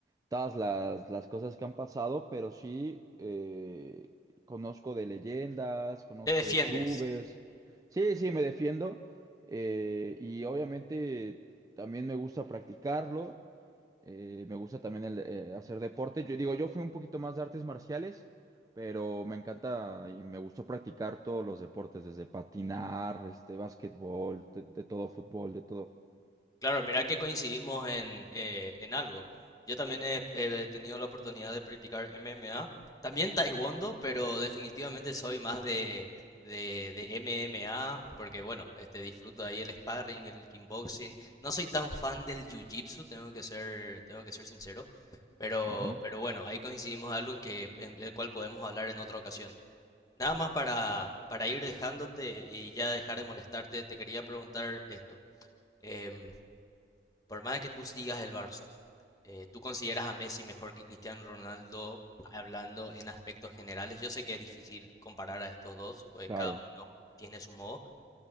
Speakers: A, on the right; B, on the left.
A: todas las, las cosas que han pasado, pero sí eh, conozco de leyendas, conozco
B: ¿Te defiendes?
A: de clubes. Sí, sí, me defiendo eh, y obviamente también me gusta practicarlo. Eh, me gusta también el, eh, hacer deporte. Yo digo, yo fui un poquito más de artes marciales, pero me encanta y me gustó practicar todos los deportes, desde patinar, este, básquetbol, de, de todo, fútbol, de todo.
B: Claro, mira que coincidimos en, eh, en algo. Yo también he, he tenido la oportunidad de practicar MMA, también Taekwondo, pero definitivamente soy más de, de, de MMA, porque bueno, este, disfruto ahí el sparring, el kickboxing. No soy tan fan del jiu-jitsu, tengo que ser, tengo que ser sincero, pero,
A: Ujú.
B: pero bueno, ahí coincidimos en algo que, en el cual podemos hablar en otra ocasión. Nada más para,
A: Sí,
B: para ir dejándote y ya dejar de molestarte, te quería preguntar esto. Em, por más de que tú sigas el Barça, eh, ¿tú consideras a Messi mejor que Cristiano Ronaldo hablando en aspectos generales? Yo sé que es difícil comparar a estos dos, pues
A: Claro.
B: cada uno tiene su modo,